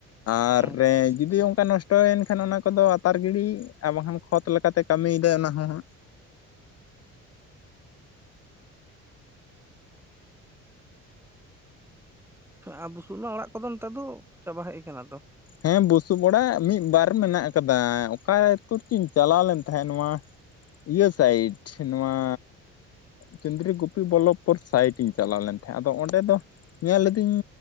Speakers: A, on the left; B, in the centre.
A: ᱟᱨ
B: ᱟᱪᱪᱷᱟ
A: ᱨᱮ
B: ᱟᱪᱪᱷᱟ
A: ᱡᱩᱫᱤ
B: ᱟᱪᱪᱷᱟ
A: ᱚᱱᱠᱟ ᱱᱚᱥᱴᱚᱼᱼ ᱛᱚ ᱮᱱᱠᱷᱟᱱ ᱚᱱᱟ ᱠᱚᱫᱚ ᱟᱛᱟᱨ ᱜᱤᱲᱤ, ᱟᱨ ᱵᱟᱝᱠᱷᱟᱱ ᱠᱷᱚᱛ ᱞᱮᱠᱟᱛᱮ ᱠᱟᱹᱢᱤ ᱭᱮᱫᱟᱭ ᱚᱱᱟ ᱦᱚᱸ ᱦᱟᱸᱜ ᱾
B: ᱟᱨ ᱵᱩᱥᱩᱵ ᱨᱮᱱᱟᱜ ᱚᱲᱟᱜ ᱠᱚᱫᱚ ᱱᱮᱛᱟᱨ ᱫᱚ ᱪᱟᱵᱟ ᱦᱮᱡ ᱟᱠᱟᱱᱟ ᱛᱚ ᱾
A: ᱦᱮᱸ ᱵᱩᱥᱩᱵ ᱚᱲᱟᱜ ᱢᱤᱫ ᱵᱟᱨ ᱢᱮᱱᱟᱜ ᱟᱠᱟᱫᱟ, ᱚᱠᱟ ᱪᱮᱫ ᱪᱩᱧ ᱪᱟᱞᱟᱣ ᱞᱮᱱ ᱛᱟᱦᱮᱸᱫ ᱱᱚᱣᱟᱼᱼ ᱤᱭᱟᱹ ᱥᱟᱭᱤᱰ ᱱᱚᱣᱟᱼᱼ ᱪᱚᱱᱫᱨᱤ ᱜᱩᱯᱤ ᱵᱚᱞᱚᱵᱯᱩᱨ ᱥᱟᱭᱤᱰ ᱤᱧ ᱪᱟᱞᱟᱣ ᱞᱮᱱ ᱛᱟᱦᱮᱸᱫ ᱾ ᱟᱫᱚ ᱚᱸᱰᱮ ᱫᱚ ᱧᱮᱞ ᱤᱫᱤᱧᱼᱼ